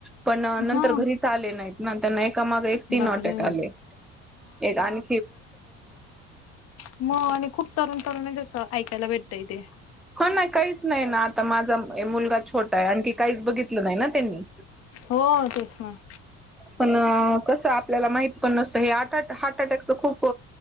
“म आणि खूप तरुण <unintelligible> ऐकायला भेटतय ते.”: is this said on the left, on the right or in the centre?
Left